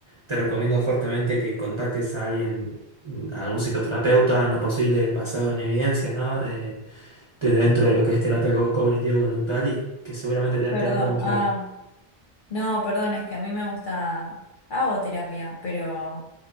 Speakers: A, on the right (about 35°); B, on the left (about 55°).
A: Te recomiendo fuertemente que contactes a alguien, mm, a algún psicoterapeuta en lo posible basado en evidencia, ¿no? Eh, de- dentro de lo que es terapia co- cognitivo-conductual y que seguramente te,
B: Perdón,
A: te va a poder ayudar.
B: ah, no, perdón, es que a mí me gusta... Hago terapia, pero